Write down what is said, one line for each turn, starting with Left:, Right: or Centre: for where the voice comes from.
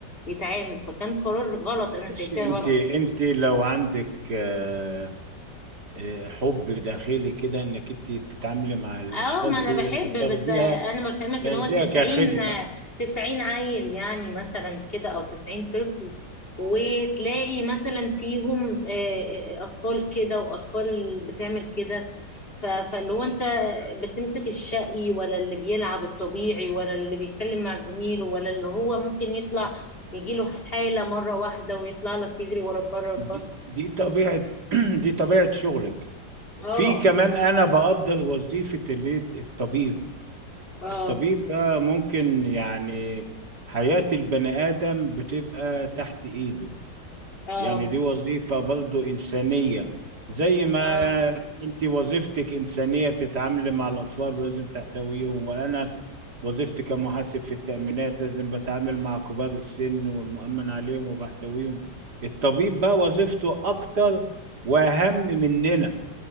Left: يتعامل فكان قرار غلط
Right: معلش
Left: انا شايفاه
Right: انت
Left: غلط
Right: انت لو عندك آه، آه، حب داخلي كده انك انت تتعاملي مع الاشخاص
Left: اه ما
Right: ديت
Left: انا بحب
Right: بتاخديها
Left: بس انا بفهمك
Right: تاخديها
Left: ان هو 90
Right: كخدمة
Left: 90 عيل يعني مثلا كده او 90 طفل وتلاقي مثلا فيهم آه، آه، اطفال كده واطفال بتعمل كده ف- فاللي هو انت بتمسك الشقي ولا اللي بيلعب الطبيعي ولا اللي بيتكلم مع زميله ولا اللي هو ممكن يطلع يجيله حالة مرة واحدة ويطلع لك يجري ورا بره الفصل
Right: دي, دي طبيعة <clears throat> دي طبيعة شغلك
Left: اه
Right: في كمان أنا بقدر وظيفة اللي الطبيب
Left: اه
Right: الطبيب ده ممكن يعني حياة البني آدم بتبقى تحت إيده
Left: اه
Right: يعني دي وظيفة برضو إنسانية زي ما
Left: اه
Right: آه، أنت وظيفتك إنسانية بتتعاملي مع الأطفال ولازم تحتويهم وأنا وظيفتي كمحاسب في التأمينات لازم بتعامل مع كبار السن والمؤمن عليهم وبحتويهم الطبيب بقى وظيفته أكتر وأهم مننا